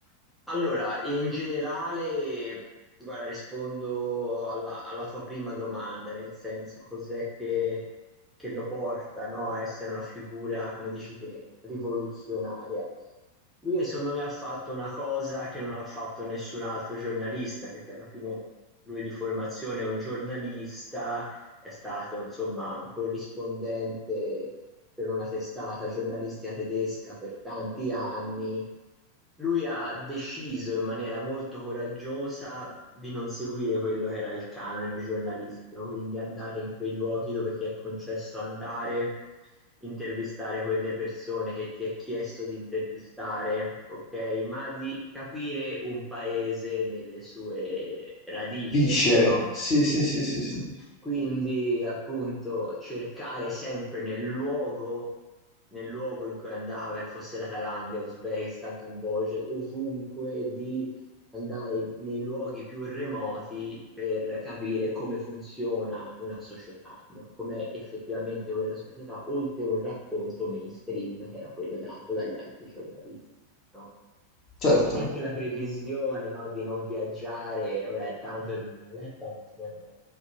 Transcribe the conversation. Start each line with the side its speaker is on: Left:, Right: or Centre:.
Centre: Allora, in generale, guarda, rispondo alla, alla tua prima domanda, nel senso cos'è che, che lo porta, no, a essere una figura, come dici te, rivoluzionaria. Lui, secondo me, ha fatto una cosa che non ha fatto nessun altro giornalista, perché alla fine lui di formazione è un giornalista, è stato, insomma, un corrispondente per una testata giornalistica tedesca per tanti anni lui ha deciso in maniera molto coraggiosa di non seguire quello che era il canone giornalistico, quindi andare in quei luoghi dove ti è concesso andare, intervistare quelle persone che ti è chiesto di intervistare, ok? Ma di capire un paese nelle sue radici,
Left: Viscere,
Centre: no?
Left: sì, sì, sì, sì, sì.
Centre: Quindi, appunto, cercare sempre nel luogo, nel luogo in cui andava, che fosse la Thailandia, Uzbekistan, Cambogia, ovunque, di andare nei luoghi più remoti per capire come funziona una società, no? Com'è effettivamente quella società, oltre a un racconto mainstream che era quello dato dagli altri giornalisti, no?
Left: Certo.
Centre: E quindi anche la previsione, no, di non viaggiare, ora è tanto che non l'ho letto, ma mi sembra